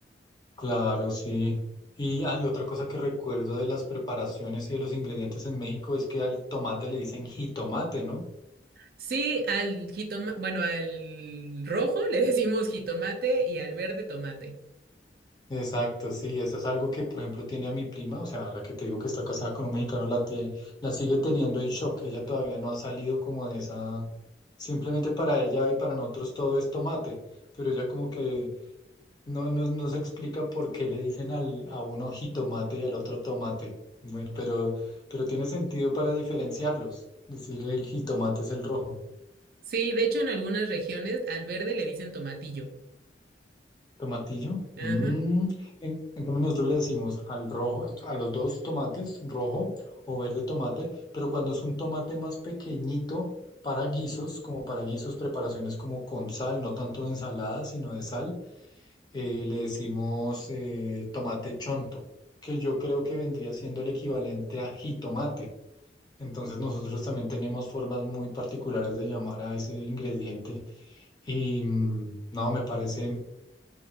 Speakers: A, on the left; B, on the right.
A: Claro, sí. Y hay otra cosa que recuerdo de las preparaciones y de los ingredientes en México es que al tomate le dicen jitomate, ¿no?
B: Sí, al jitomate, bueno, al rojo le <laughs> decimos jitomate y al verde tomate.
A: Exacto, sí, eso es algo que, por ejemplo, tiene a mi prima, o sea, la que te digo que está casada con un mexicano, la tie- la sigue teniendo en shock. Ella todavía no ha salido como de esa, simplemente para ella y para nosotros todo es tomate, pero ella como que no, no, no se explica por qué le dicen al, a uno jitomate y al otro tomate, Bueno, pero, pero tiene sentido para diferenciarlos, decir el jitomate es el rojo.
B: Sí, de hecho en algunas regiones al verde le dicen tomatillo.
A: Tomatillo.
B: Ajá.
A: Mm, En, en cambio nosotros le decimos al rojo, a los dos tomates, rojo o verde tomate, pero cuando es un tomate más pequeñito para guisos, como para guisos, preparaciones como con sal, no tanto de ensalada, sino de sal, eh, le decimos eh, tomate chonto, que yo creo que vendría siendo el equivalente a jitomate. Entonces nosotros también tenemos formas muy particulares de llamar a ese ingrediente y mm, no, me parece...